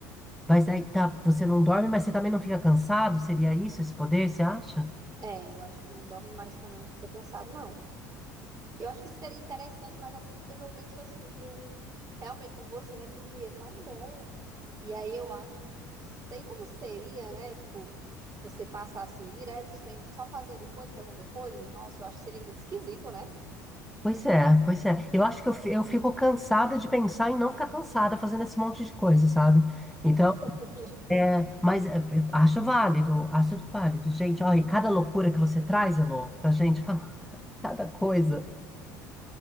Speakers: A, in the centre; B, on the right.
A: Mas daí tá, você não dorme, mas você também não fica cansado? Seria isso, esse poder, você acha?
B: É, eu acho que não dorme, mas também não fica cansado, não. Eu acho que seria interessante, mas ao mesmo tempo eu penso assim, que o, realmente, como você, né, dormir é tão bom. E aí eu acho, não sei como seria, né? Tipo, você passar assim direto, sem, só fazendo coisas, fazendo coisas. Nossa, eu acho que seria muito esquisito, né?
A: Pois é, pois é. Eu acho que eu, fi- eu fico cansada de pensar em não ficar cansada fazendo esse monte de coisa, sabe? então
B: <laughs>
A: É, mas é, é, acho válido, acho válido. Gente, olha, e cada loucura que você traz, Elô, pra gente falar <laughs> cada coisa.